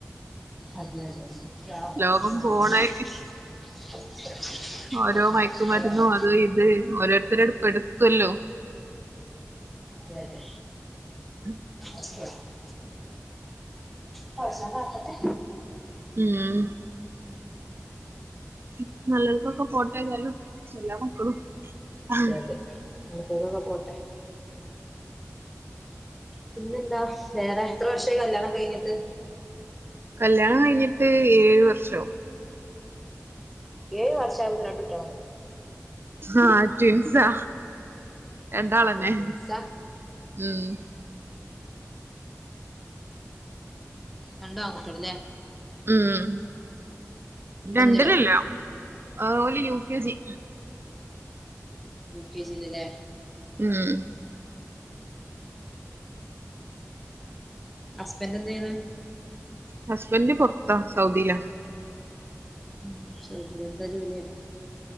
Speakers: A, in the centre; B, on the right.
A: അതെ അതെ യാതൊന്നും
B: ലോകം
A: അറിയില്ല.
B: പോണേ
A: <inaudible>
B: ഓരോ മയക്ക് മരുന്നോ
A: അതെ അതെ
B: അത് ഇത് ഓരോരുത്തര് അങ്ങട്ട് പെടുത്തുവല്ലോ
A: അതെ അതെ
B: ഉം
A: <inaudible> പടച്ചോൻ കാക്കട്ടെ
B: ഉം ഉം നല്ലപോൽക്കൊക്കെ പോട്ടെ എല്ലാരും എല്ലാ മക്കളും ആഹ്
A: അതെ <unintelligible> പോട്ടെ പിന്നെന്താ വേറെ എത്ര വർഷായി കല്യാണം കഴിഞ്ഞിട്ട്
B: കല്യാണം കഴിഞ്ഞിട്ട് ഏഴ് വർഷം
A: ഏഴ് വർഷാകുമ്പേക്ക് രണ്ടു കുട്ടികളോ
B: ആഹ് ട്വിൻസാ രണ്ടാളന്നെ
A: ആ ട്വിൻസാ
B: ഉം
A: രണ്ട് ആൺമക്കളല്ലേ
B: ഉം രണ്ടിലല്ല
A: ഒന്നിലോ
B: ആ ഓല് U K G
A: U K ജീല്‌ അല്ലേ
B: ഉം
A: ഹസ്ബൻഡ് എന്ത് ചെയ്യണ്
B: ഹസ്ബൻഡ് പൊറത്താ സൗദിയിലാ
A: ഉം സൗദിയിലെന്താ ജോലി ചെയ്യണേ